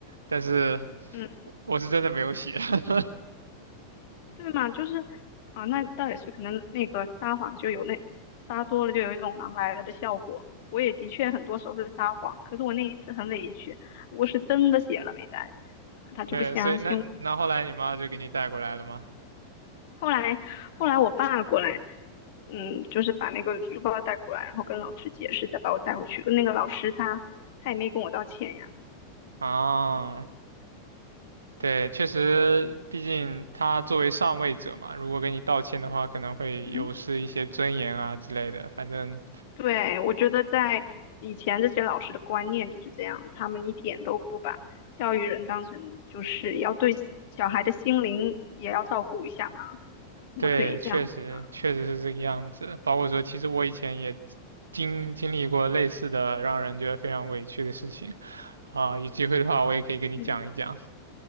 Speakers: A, on the right; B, on the left.
A: 但是
B: 嗯。
A: 我是真的没有写。<laughs>
B: 对嘛，就是啊，那倒也是，可能那个撒谎就有那撒多了就有一种狼来了的效果。我也的确很多时候是撒谎，可是我那一次很委屈，我是真的写了没带，他就不相信我。
A: 对，所以那那后来你妈就给你带过来了吗？
B: 后来后来我爸过来，嗯，就是把那个书包带过来，然后跟老师解释，再把我带回去。那个老师他他也没跟我道歉呀，
A: 啊，对，确实，毕竟他作为上位者嘛，如果给你道歉的话，可能会有失一些尊严啊之类的。
B: 嗯。
A: 反正
B: 对，我觉得在以前这些老师的观念就是这样，他们一点都不把教育人当成就是要对小孩的心灵也要照顾一下嘛，我们可以这样子啊，
A: 对，确实确实是这个样子。包括说，其实我以前也经经历过类似的让人觉得非常委屈的事情啊，有机会的话我也可以跟你讲一讲。
B: 嗯